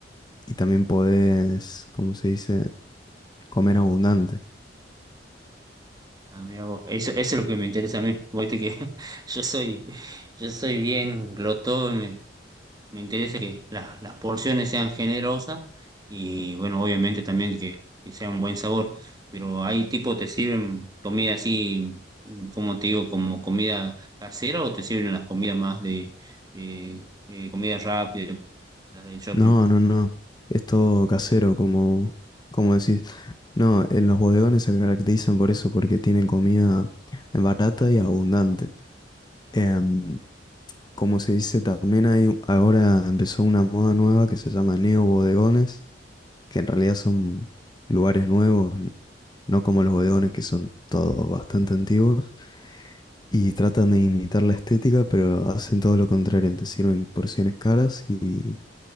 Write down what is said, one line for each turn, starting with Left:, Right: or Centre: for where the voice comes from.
Left: y también podés, como se dice, comer abundante.
Right: Ah, mira vos, eso, eso es lo que me interesa a mí. Viste que <laughs> yo soy, yo soy bien glotón, Me interesa que las las porciones sean generosas y bueno, obviamente también que, que sea un buen sabor. Pero hay tipo, ¿te sirven comida así, como te digo, como comida casera o te sirven las comidas más de, de, de comida rápida, como las de shopping?
Left: No, no, no. Es todo casero, como, como decís. No, en los bodegones se caracterizan por eso, porque tienen comida barata y abundante. Em, como se dice, también hay, ahora empezó una moda nueva que se llama neobodegones, que en realidad son lugares nuevos, n- no como los bodegones que son todos bastante antiguos. Y tratan de imitar la estética, pero hacen todo lo contrario, te sirven porciones caras y,